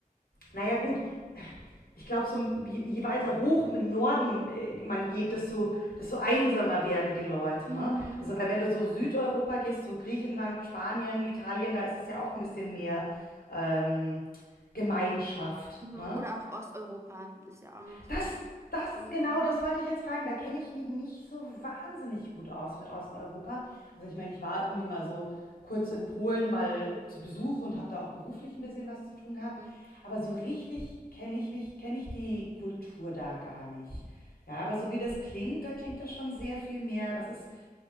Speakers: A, on the left; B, on the right.
A: naja gut, ich glaube, so, je, weiter hoch im Norden äh, man geht, desto, desto einsamer werden die Leute.
B: Mhm.
A: Ne? Also weil wenn du so Südeuropa gehst, so Griechenland, Spanien, Italien, da ist es ja auch ein bisschen mehr ähm, Gemeinschaft.
B: Mhm.
A: Ne?
B: Oder auch Osteuropa ist ja auch noch so.
A: Das, das
B: Mhm.
A: ist genau, das wollte ich jetzt fragen. Da kenne ich mich nicht so wahnsinnig gut aus mit Osteuropa. Also ich meine, ich war irgendwie mal so kurz in Polen mal zu Besuch und habe da auch beruflich ein bisschen was zu tun gehabt.
B: Mhm.
A: Aber so richtig kenne ich mich, kenne ich die Kultur da gar nicht. Ja, aber so wie das klingt, da klingt das schon sehr viel mehr. Das ist,